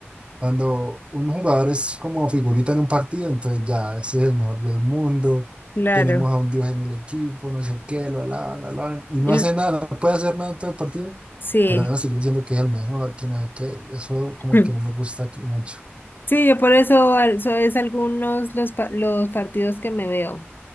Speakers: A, on the right (about 25°); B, on the left (about 50°).
A: Cuando un jugador es como figurita en un partido, entonces ya, ese es el mejor del mundo,
B: Claro.
A: tenemos a un dios en el equipo, no sé qué, lo alaban, lo alaban, y no
B: Y l-
A: hace nada, no puede hacer nada en todo el partido,
B: sí.
A: pero ahora siguen diciendo que es el mejor, que no sé qué, y eso como
B: <laughs>
A: que no me gusta aquí mucho.
B: Sí, yo por eso al- eso es algunos los pa- los partidos que me veo,